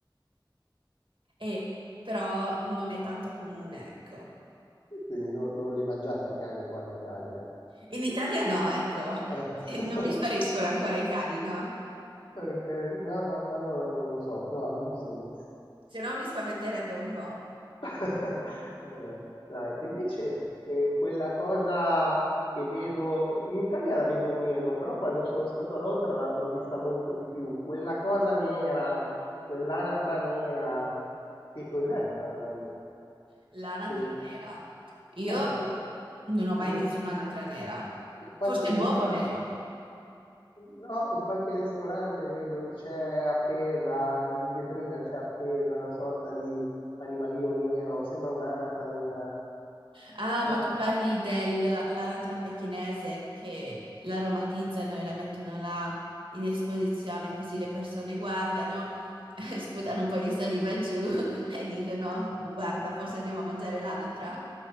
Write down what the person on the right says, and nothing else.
e- però non è tanto comune, ecco.
In Italia no, ecco. <laughs>
Non mi spariscono ancora i cani, no?
Se no mi spaventerebbe un po'.
L'anatra
nera. Io
non ho mai
visto un'anatra nera.
Forse l'uovo
nero.
Ah, ma
tu parli dell'anatra pechinese che l'aromatizzano e la mettono là in esposizione così le persone guardano, <laughs> sputano un po' di saliva giù <laughs> e dicono, guarda, forse andiamo a mangiare l'anatra.